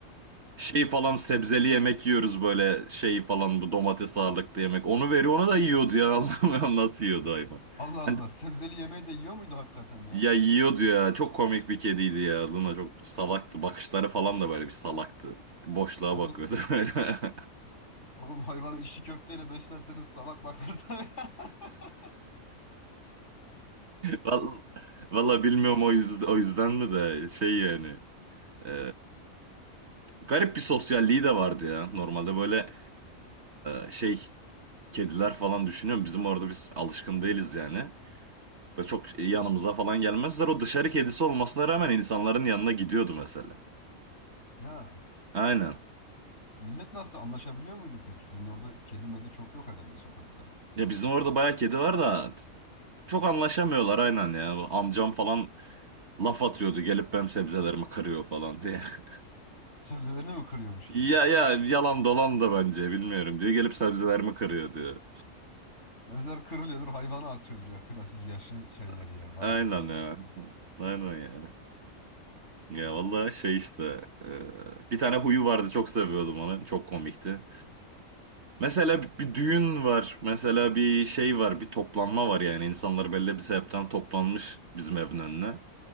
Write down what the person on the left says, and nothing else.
Allah Allah.
Sebzeli yemeği de yiyor muydu hakikaten ya?
Al-
Oğlum hayvanı içli köfteyle beslerseniz salak bakar tabii. <laughs>
İlla
ha.
Millet nasıl anlaşabiliyor muydu peki? Sizin orada kedi medi çok yok herhalde sokakta.
Sebzelerini mi kırıyormuş
kedi?
Sebzeler kırılıyordur hayvana atıyordur ya klasik yaşlı şeyleri
ya. Vardı
bizde de öyle
tipler.